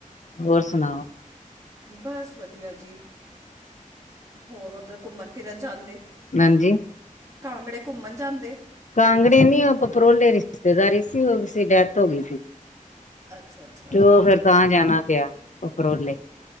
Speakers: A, on the left (about 60°); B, on the right (about 25°).
A: ਹੋਰ ਸਨਾਓ
B: ਬਸ ਵਦੀਆ ਜੀ। ਹੋਰ ਓਦਰ ਘੁੰਮਨ ਫਿਰਨ ਜਾਂਦੇ।
A: ਹਾਂਜੀ
B: ਕਾਂਗੜੇ ਘੁੰਮਨ ਜਾਂਦੇ
A: ਕਾਂਗੜੇ ਨੀ ਓ ਪਪਰੋਲੇ ਰਿਸ਼ਤੇਦਾਰੀ ਸੀ ਹੋਗੀ ਸੀ ਡੈਥ ਹੋਗੀ ਸੀ।
B: ਅੱਛਾ ਅੱਛਾ
A: ਜੋ ਫਿਰ ਤਾਂ ਜਾਨਾ ਪਿਆ। ਪਪਰੋਲੇ